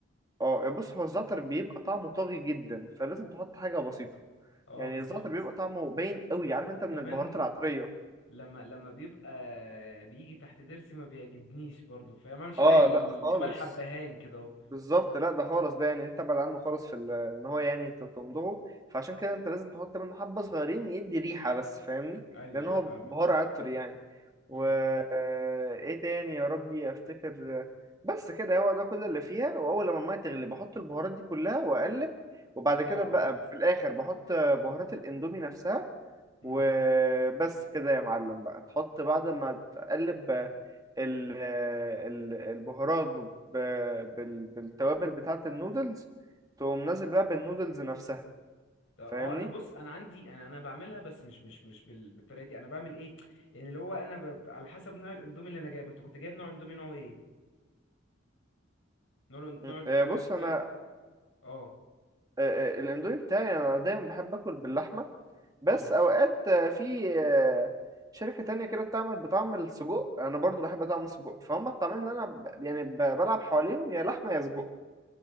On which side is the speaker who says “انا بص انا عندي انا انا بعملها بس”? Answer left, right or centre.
Left